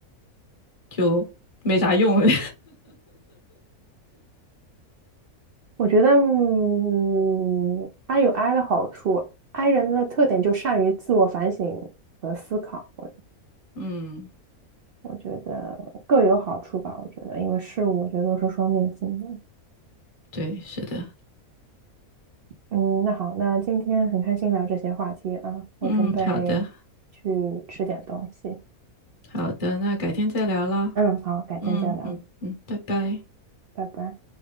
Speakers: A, on the left (about 30°); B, on the right (about 80°).
A: 就没啥用。<laughs>
B: 我觉得，嗯，I 有 I 的好处，I 人的特点就善于自我反省和思考，我
A: 嗯，
B: 我觉得各有好处吧。我觉得，因为事物我觉得都是双面性的。
A: 对，是的，
B: 嗯，那好，那今天很开心聊这些话题啊，我准备去吃点东西。
A: 嗯，好的，好的，那改天再聊啦。
B: 嗯，好，改天再聊，
A: 嗯嗯嗯，拜拜。
B: 拜拜。